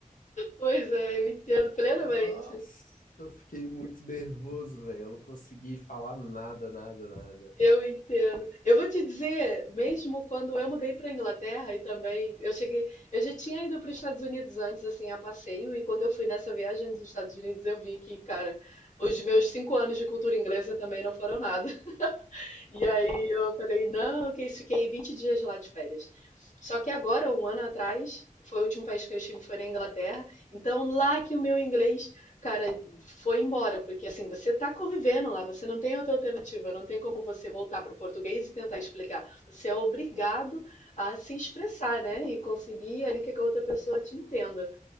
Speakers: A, on the left; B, on the left.
A: pois é, eu entendo plenamente.
B: Nossa, eu fiquei muito nervoso, velho. Eu não consegui falar nada, nada, nada.
A: Eu entendo. Eu vou te dizer, mesmo quando eu mudei para a Inglaterra e também eu cheguei, eu já tinha ido para os Estados Unidos antes, assim, a passeio, e quando eu fui nessa viagem nos Estados Unidos, eu vi que, cara, os meus cinco anos de cultura inglesa também não foram nada. E aí eu falei, não, que isso, fiquei 20 dias lá de férias. Só que agora, um ano atrás, foi o último país que eu estive, foi na Inglaterra. Então, lá que o meu inglês, cara, foi embora, porque assim, você tá convivendo lá, você não tem outra alternativa, não tem como você voltar para o português e tentar explicar. Você é obrigado a se expressar, né? E conseguir ali que a outra pessoa te entenda.